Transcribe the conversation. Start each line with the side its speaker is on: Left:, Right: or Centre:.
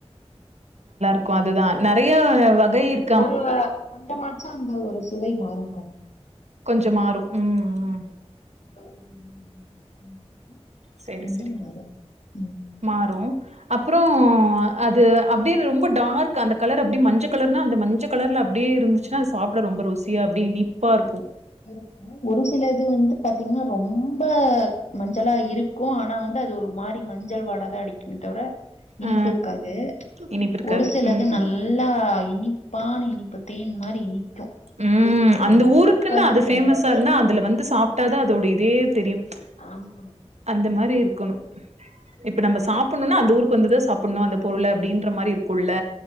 Right: இருக்கு அதுதா நெறைய வகை இருக்கு
Left: ஒரு கொண்டமாச்சா அந்த ஒரு சுவை மாறும்கா
Right: கொஞ்ச மாறு ம்
Left: <unintelligible>
Right: ம் சேரி
Left: கொஞ்சம்
Right: சேரி
Left: மாறு ம்
Right: மாறும் அப்புற அது அப்டினு ரொம்ப டார்க் அந்த கலர் அப்டியே மஞ்ச கலர்னா அந்த மஞ்ச கலர்ல அப்டியே இருந்துச்சா அத சாப்பிட ரொம்ப ருசியா அப்படிே இனிப்பா இருக்கு
Left: இருக்கு ஒரு சில இது வந்து பாத்தீங்கன்னா ரொம்ப மஞ்சளா இருக்கு ஆனா வந்து அது ஒரு மாறி மஞ்சள் வாடாதா அடிக்குணு தவிர இனிப்பு
Right: ஆ
Left: இருக்காது
Right: இனிப்பு இருக்காது
Left: ஒரு சிலது
Right: ம்
Left: நல்லா இனிப்பான இனிப்பு தேன் மாரி இனிக்கு
Right: ம்
Left: நல்லா
Right: அந்த ஊருக்குன்னு
Left: இப்பதா
Right: அது பேஃமஸா
Left: நல்லா
Right: இருந்தா அதுல வந்து சாப்பிட்டாதா அதோட இதே தெரியும் ம்ச்
Left: ஆமா
Right: அந்த மாரி இருக்கணு இப்ப நம்ம சாப்பிடணும்னா அந்த ஊருக்கு வந்துதா சாப்பிடணு அந்த பொருள அப்படின்ற மாரி இருக்குல்ல